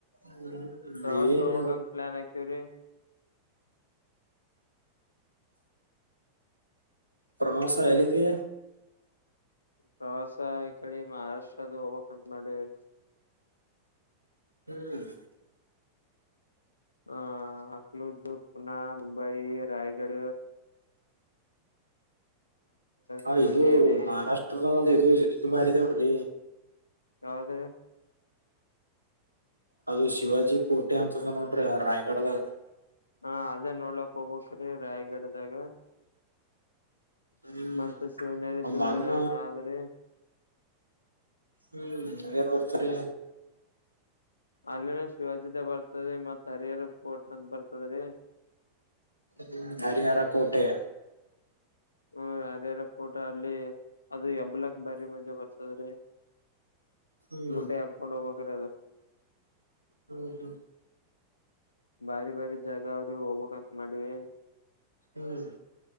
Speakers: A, on the right; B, on the left.
A: ಹ್ಮ್
B: ಪ್ರವಾಸ
A: ಏನ್
B: ಹೋಗಾಗಂದ ಪ್ಲಾನ್ ಆಾಕವ್ರಿ
A: ಪ್ರವಾಸ ಎಲ್ಲಿಗ್ರಿ
B: ಪ್ರವಾಸ ಈ ಕಡೆ ಮಹಾರಾಷ್ಟ್ರದು ಹೋಗಕ್ಂತ ಮಾಡಿವಿ
A: ಹ್ಮ್
B: ಹ ಅಕ್ಲೂ ಪುನ ಮುಂಬೈ ರಾಯಗಡ
A: ಹ
B: ಶಿವನೇರಿ
A: ಇದು ಮಹಾರಾಷ್ಟ್ರದ ಇದು ಇದು ಬಾರಿ ಇದಾವಡ್ರಿ
B: ಯಾವದ
A: ಅದು ಶಿವಾಜಿ ಕೋಟೆ ಅಂತಂದ ನೋಡ್ರಿ ರಾಯ್ಗಡದಾಗ
B: ಹಾ ಅದೇ ನೋಡ್ಲಕ್ ಹೋಗ್ಕ್್ರೀ ರಾಯ್ಗಡದಾಗ
A: ಹ್ಮ್
B: ಮತ್ತ ಶಿವನ
A: ಅವ
B: ದುರ್ಗದಾಗನ
A: ಮನ್ನ
B: ಆದ್ರೆ
A: ಹ್ಮ್ ಏನ್ ಮರ್ತರಿ
B: ಅಲ್ಲಿನ ಶಿವಾಜತೆ ಬರ್ತದೆ ಮತ್ ಹರಿಹರ ಪೋರ್ಟ್ ಅಂತ ಬರ್ತದ್ರಿ
A: ಹ್ಮ ಹರಿಹಾರ ಕೋಟೆಯ
B: ಹ್ಮ ಅದ್ಯಾರ ಫೋಟ ಅಲ್ಲಿ ಅದು ಯಬ್ಲಕ್ ಬಾರಿ ಮದೆ ಬರ್ತದ್ರಿ
A: ಹ್ಮ್
B: ಗುಡ ಆತ್ಕೊಂಡು ಹೋಗ್ಬೇಕ್ರಿ ಅದು
A: ಹ್ಮ್ ಹ್ಮ್
B: ಬಾರಿ ಬಾರಿ ಜಾಗ ಅವ್ರಿ ಹೋಗ್ಬಕ್ಂತ ಮಾಡವಿ
A: ಹ್ಮ್